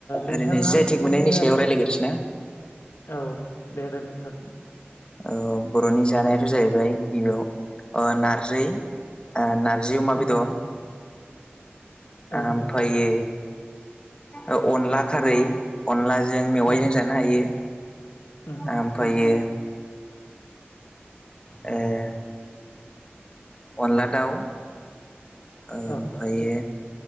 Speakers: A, on the left; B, on the left.
A: नोंथाङा
B: ओरैनो जि आइ
A: जिखुनु
B: टेक मोननायनि
A: जाया
B: सायाव रायलायग्रोसै ना
A: औ दे रायलायनो हागोन।
B: ओ बर'नि जानायाथ' जाहैबाय गिबियाव ओ नारजै ओ नार जि अमा
A: उम
B: बेदर
A: औ
B: ओ आमफायो
A: नोंथां
B: ओ अनला खारै अनला जों मेवाइजों
A: औ
B: जानो हायो।
A: उम
B: ओमफायो ए। अनला दाउ ओमफायो
A: औ